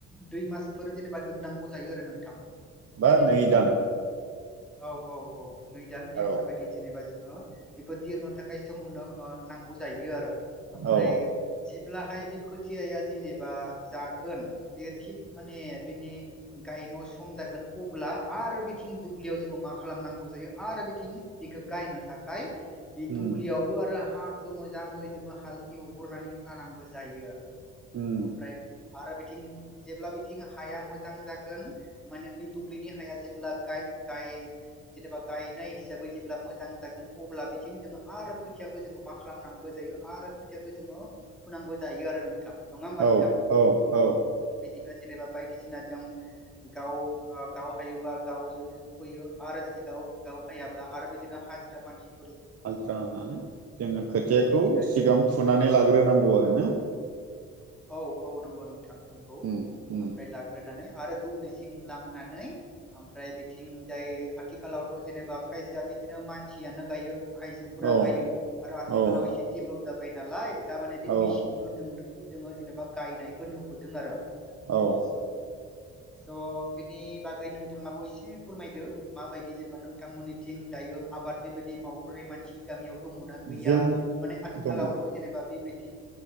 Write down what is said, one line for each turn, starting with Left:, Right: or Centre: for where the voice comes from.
Centre: दुइ मासफोर जेनेबा दोननांगौ जायो आरो नोंथां
Right: बा
Centre: बेबायदि
Right: नै दान
Centre: औ औ औ नै दान बेफोरबायदि
Right: औ
Centre: जेनेबा जोंङो बेखौ दिरनो थाखाय सम होनरो नांगौ जायो आरो ओमफ्राय
Right: औ
Centre: जेब्लाहाय बिखौ या जेनेबा जागोन बियो थिक माने बिनि गायन सम जागोन अब्ला आरो बिथिं दुब्लियाव जोंङो मा खालामनांगौ जायो आरो बिथिं बेखौ गायनो थाखाय बे
Right: उम
Centre: दुब्लियावबो आरो हाखौ मोजाङै जोंङो हाल एवग्रनानै लानांगौ जायो आरो
Right: उम
Centre: ओमफ्राय आरो बिथिं जेब्ला बिथिं हाया मोजां जागोन माने बे दुब्लिनि हाया जेब्ला गाय गाय जेनेबा गायनाय हिसाबै जेब्ला मोजां जागोन अब्ला बिथिं जोंङो आरो खुथियाखौ जोंङो मा खालामनांगौ जायो आरो खोथियाखौ जोंङो होनांगौ जायो आरो नों नंङा होमबा
Right: औ
Centre: नोंथां
Right: औ औ
Centre: बि जेनेबा बायदिसिना जों गाव गाव हायोबा गावजों फोयो आरो जुदि गावहायाब्ला आरो बिदिनो हाजिरा मानसि
Right: हाजिरा होनानै जोंङो खोथियाखौ
Centre: बिदिनो
Right: सिगां फुनानै लाग्रोनांगौ आरोना
Centre: औ - औ नंगौ नोंथां नंगौ
Right: उम उम
Centre: ओमफ्राय लाग्रोनानै आरो दुब्लिसिं लांनानै ओमफ्राय बिथिं जाय आथिखालावथ' जेनेबा खायसेया बिदिनो मानसियानो गायो आइजोफोरा
Right: औ
Centre: गायो आरो आथिखालाव
Right: औ
Centre: एसे देभेलप जाबाय नालाय दा माने बे
Right: औ
Centre: मेसिनफोर जोंङो जेनेबा गायनायखौ नुबोदों आरो
Right: औ
Centre: स स' बिनि बागै नोंथांङाबो एसे फोरमायदो माबायदि जेनेबा नोंथांमोननिथिं दायो आबाद बेबायदि मावग्राय मानसि गामियाव दङनाा गैया
Right: जों
Centre: माने आथिखालावथ'
Right: दङ
Centre: जेनेबा बेबायदि